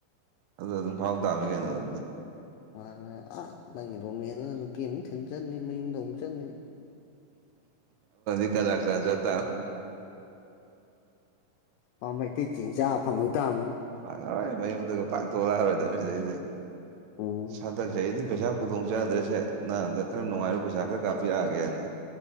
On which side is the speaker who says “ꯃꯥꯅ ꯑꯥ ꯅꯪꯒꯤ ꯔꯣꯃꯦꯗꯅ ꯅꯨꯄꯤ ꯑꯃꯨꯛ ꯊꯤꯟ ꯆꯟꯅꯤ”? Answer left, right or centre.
Left